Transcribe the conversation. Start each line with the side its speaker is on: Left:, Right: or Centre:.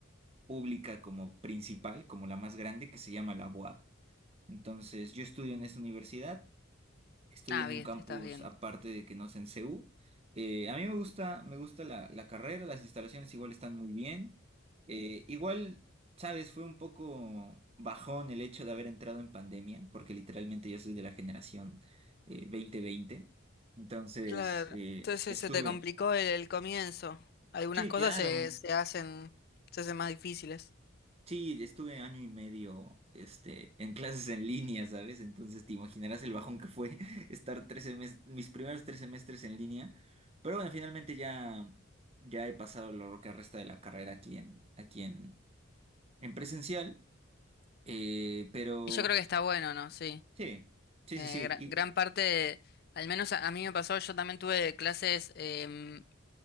Right: pública como principal, como la más grande, que se llama la UAP. Entonces, yo estudio en esa universidad, estudio
Left: Ah,
Right: en
Left: bien,
Right: un campus
Left: estás bien.
Right: aparte de que no es en CU. Eh, a mí me gusta, me gusta la, la carrera, las instalaciones igual están muy bien. Eh, igual, sabes, fue un poco bajón el hecho de haber entrado en pandemia, porque literalmente yo soy de la generación eh, 2020. Entonces,
Left: Claro,
Right: eh,
Left: entonces
Right: estuve.
Left: se te complicó el, el comienzo. Algunas
Right: Sí,
Left: cosas
Right: claro.
Left: se, se hacen, se hacen más difíciles.
Right: Sí, estuve año y medio, este, en clases en línea, ¿sabes? Entonces te imaginarás el bajón que fue <laughs> estar tres semestres, mis primeros tres semestres en línea. Pero bueno, finalmente ya, ya he pasado lo que resta de la carrera aquí en, aquí en, en presencial. Eh, pero
Left: Y yo creo que está bueno, ¿no? Sí.
Right: sí, sí,
Left: Eh,
Right: sí, sí.
Left: gra-
Right: Y
Left: gran parte, de- al menos a, a mí me pasó, yo también tuve clases em,